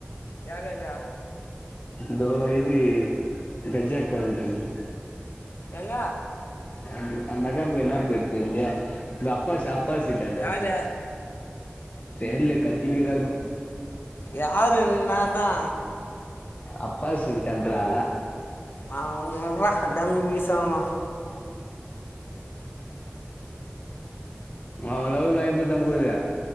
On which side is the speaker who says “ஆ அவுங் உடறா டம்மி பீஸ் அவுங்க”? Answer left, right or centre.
Left